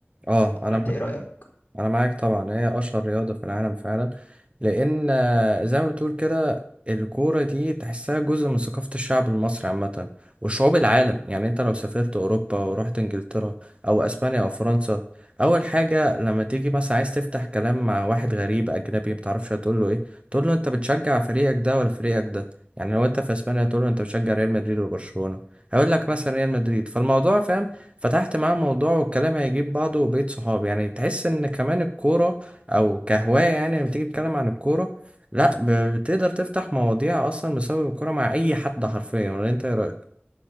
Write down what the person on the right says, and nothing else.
اه
انا
انا معاك طبعا هي اشهر رياضه في العالم فعلا لان آه، زي ما بتقول كده الكوره دي تحسها جزء من ثقافه الشعب المصري عامه وشعوب العالم يعني انت لو سافرت اوروبا ورحت انجلترا او اسبانيا او فرنسا اول حاجه لما تيجي مثلا عايز تفتح كلام مع واحد غريب اجنبي متعرفش هتقول له ايه تقول له انت بتشجع فريقك ده ولا فريقك ده يعني لو انت في اسبانيا تقول له انت بتشجع ريال مدريد ولا برشلونه هيقول لك مثلا ريال مدريد فالموضوع فاهم فتحت معاه الموضوع والكلام هيجيب بعضه وبقيت صحاب يعني تحس ان كمان الكورة او كهواية يعني لما تيجي تتكلم عن الكورة لا ب- بتقدر تفتح مواضيع اصلا بسبب الكورة مع اي حد حرفيا ولا انت ايه رأيك؟